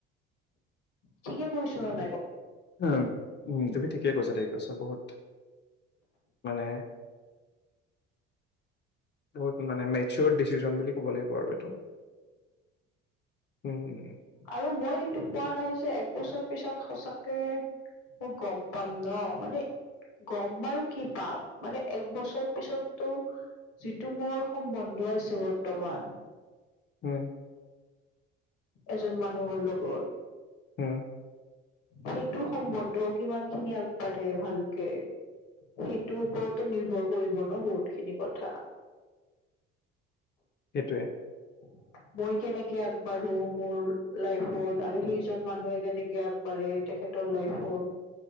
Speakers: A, on the left (about 70°); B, on the left (about 35°).
A: ঠিকে কৈছোঁ আৰু
B: হ তুমি ঠিকে কৈছা ঠিকে কৈছা বহুত মানে বহুত মানে মেচিঅড ডিচিজন বুলি ক'ব লাগিব আৰু এইটো। উম,।
A: আৰু মই সেইটো কোৱা নাই যে এক বছৰ পিছত সঁচাকে মই গম পাম ন মানে। গম বাৰু কি পাম মানে এক বছৰ পিছততো যিটো মোৰ সম্বন্ধ আছে বৰ্তমান
B: উম,
A: এজন মানুহৰ লগত
B: হম।
A: সেইটো সম্বন্ধ কিমান খিনি আগবাঢ়ে ভালকে সেইটোৰ ওপৰতো নিৰ্ভৰ কৰিব ন বহুত খিনি কথা
B: সেইটোৱে।
A: <unintelligible> মই কেনেকে আগবাঢ়ো মোৰ লাইফত আৰু সেইজন মানুহে কেনেকে আগবাঢ়ে তেখেতৰ লাইফত,